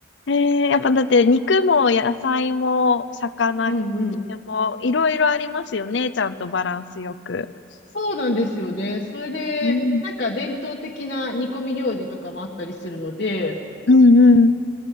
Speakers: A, on the left (about 70°); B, on the left (about 50°).
A: えー、やっぱだって肉も野菜も魚系
B: うんうん。
A: もいろいろありますよね。ちゃんとバランスよく。
B: そうなんですよね。それで、
A: うん、
B: なんか伝統的な煮込み料理とかもあったりするので、
A: うん、うん。